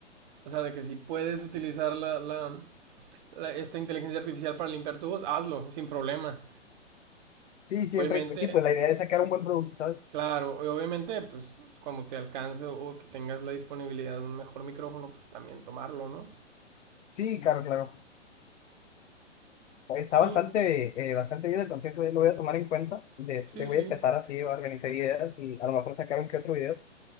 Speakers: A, on the right; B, on the left.
A: O sea, de que si puedes utilizar la, la, la- esta inteligencia artificial para limpiar tu voz, hazlo, sin problema.
B: sí, siempre,
A: Obviamente,
B: pues sí, pues la idea es sacar un buen producto, ¿sabes?
A: claro, obviamente, pues cuando te alcance o que tengas la disponibilidad de un mejor micrófono, pues también tomarlo, ¿no?
B: Sí, claro, claro, está
A: Sí,
B: bastante, eh, bastante bien el concepto, eh, lo voy a tomar en cuenta, de este,
A: sí,
B: voy
A: sí.
B: a empezar así a organizar ideas y a lo mejor sacar un que otro video,